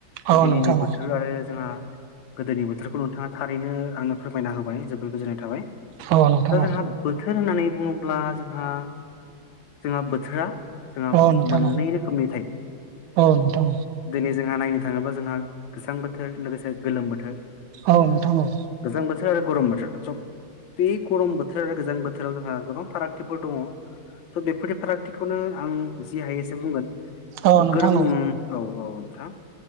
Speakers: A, on the right; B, on the left.
A: औ
B: दिनैनि
A: नोंथां
B: बोथोर
A: औ
B: आरो जोंहा गोदोनि बोथोरखौ नोंथाङा थारैनो आंनो फोरमायना होबाय जोबबोद गोजोननाय थाबाय ।
A: औ नोंथां
B: दा
A: औ
B: जोंहा बोथोर होननानै बुङोब्ला जोंहा जोंहा बोथोरा जोंहा
A: औ नोंथां
B: मोननै
A: औ
B: रोखोमनि थायो
A: औ नोंथां औ नोंथां
B: दिनै जोंहा नायनो थाङोबा जोंहा गोजां बोथोर लोगोसे गोलोम बोथोर।
A: औ नोंथां औ।
B: गोजां बोथोर आरो गरम बोथोर सब बे गरम बोथोर आरो गोजां बोथोराव जोंहा गोबां। फारागथिफोर दङ थ' बेफोरदि फारागथिखौनो आं जि हायो एसे बुंगोन।
A: औ नोंथां
B: गोरम औ औ नोंथां।